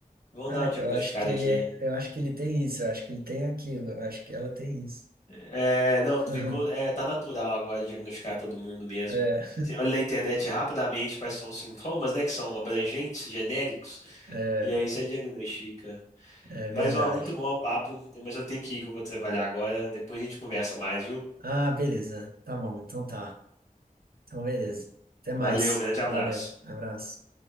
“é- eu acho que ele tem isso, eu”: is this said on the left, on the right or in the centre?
Right